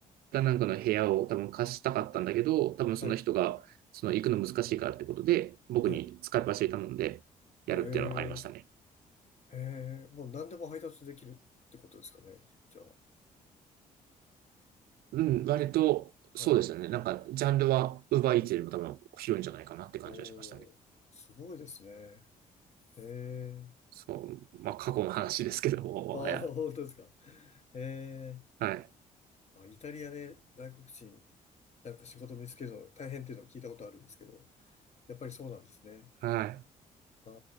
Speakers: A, on the right (about 75°); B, on the left (about 45°).
A: かなんかの部屋を多分貸したかったんだけど、多分その人が、
B: はい、
A: その行くの難しいからってことで、僕に使い走り頼んでやるっていうのはありましたね。
B: はい。ええ、ええ、もう何でも配達できるってことですかね。じゃあ、
A: うん、割と、
B: はい。
A: そうですよね。なんか、ジャンルは、ウーバーイーツよりも多分広いんじゃないかなって感じはしましたね。
B: おお、すごいですね。ええ、
A: そう。まあ、過去の話ですけども、もはや。
B: ああ、<laughs> 本当ですか。ええ、
A: はい。
B: あ、イタリアで外国人、なんか仕事見つけるの大変っていうのを聞いたことあるんですけど、やっぱりそうなんですね。
A: はい。
B: ああ、